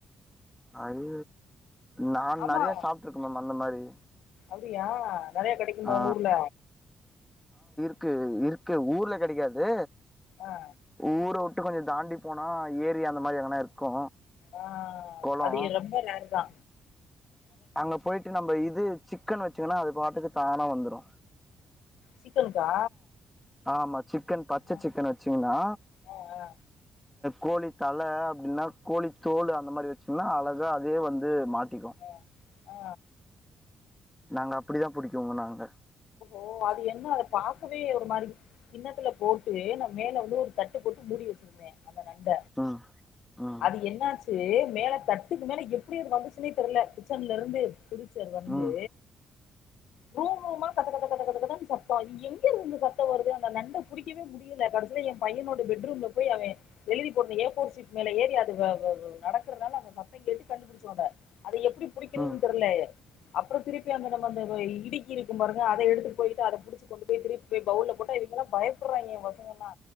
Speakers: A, in the centre; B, on the left (about 85°).
A: அது நா
B: ஆமா
A: நெறயா சாப்ட்டு இருக்க மேம் அந்த மாரி
B: அப்டியா நெறயா கெடைக்குமா
A: ஆ
B: உங்க ஊர்ல
A: க்கு இருக்கு ஊர்ல கெடைக்காது
B: ஆ
A: ஊர வி ட்டு கொஞ்சோ தாண்டி போனா ஏரி அந்த மாரி எங்கனா இருக்கு
B: ஆ
A: கொளோ
B: அது எ ரொம்ப ரேர்தா
A: அங்க போயிட்டு நம்ம இது சிக்கன் வெச்சுங்கனா அது பாட்டுக்கு தானா வந்துரு
B: சிக்கனுக்கா
A: ஆமா சிக்கன் பச்ச
B: ஆ
A: சிக்கன வெச்சீங்னா
B: ஆ
A: கோழி தல அப்டினா கோழி தோல் அந்த மாரி வெச்சீங்னா அழகு தா அதே வந்து மாட்டிக்கு
B: ஆ ஆ
A: நாங்க அப்டிதா புடிக்குவோ நாங்க
B: ஓ அது என்ன அத பாக்கவே ஒரு மாரி கின்னத்துல போட்டு நா மேல வந்து ஒரு தட்டு போட்டு மூடி வெச்சிருந்தே அந்த நண்ட
A: ம் ம்
B: அது என்னாச்சு மேல தட்டுக்கு மேல எப்டி அது வந்துசுனே தெர்ல கிச்சன்ல இருந்து புடு சர் வந்து
A: ம்
B: ரூம் ரூமா கத கத கத கத கதன்னு சத்தோ எங்கிருந்து இந்த சத்தோ வருது அந்த நண்ட புடிக்கவே முடில கடைசில என் பையனோட பெட்ரூம்ல போய் அவன் எழுதி போடனு ஏஃபோர் ஷீட் மேல ஏறி அது வ வ நடக்கறனால அந்த சத்தங் கேட்டு கண்டுபிடிச்சோ அத அத எப்டி புடிக்கணுனு
A: ம்
B: தெரில அப்றோ திருப்பி அந்த நம்ம அந்த இடுக்கி இருக்கும் பாருங்க அத எடுத்து போயிட்டு அத புடிச்சு கொண்டு போய் திருப்பி பௌவுல்ல போட்டா பயப்படறாங்க பசங்கெல்லா